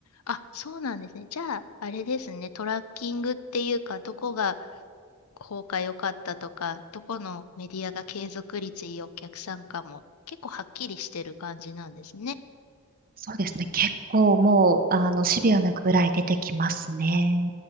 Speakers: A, on the left (about 70°); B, on the right (about 40°).
A: あ、そうなんですね。じゃあ、あれですね、トラッキングっていうか、どこが効果良かったとか、どこのメディアが継続率いいお客さんかも、結構はっきりしてる感じなんですね。
B: そうですね。結構もう、あの、シビアなぐらい出てきますね。